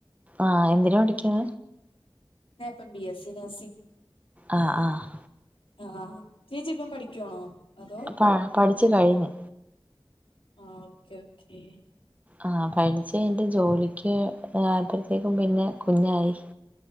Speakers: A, on the right; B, on the left.
A: ആഹ എന്തിന് പഠിക്കുവാ
B: ഇപ്പം ബി എസ് സി നെർസിംഗ്
A: അഹ ആഹ
B: ആഹ ചേച്ചിപ്പം പഠിക്കുവാണോ അതോ
A: പ്പ പഠിച്ചു കഴിഞ്ഞു
B: ആ ഓക്കേ ഓക്കേ
A: ആഹ പഠിച്ച് കഴിഞ്ഞ് ജോലിക്ക് ഇതായ തേക്കും പിന്നെ കുഞ്ഞായി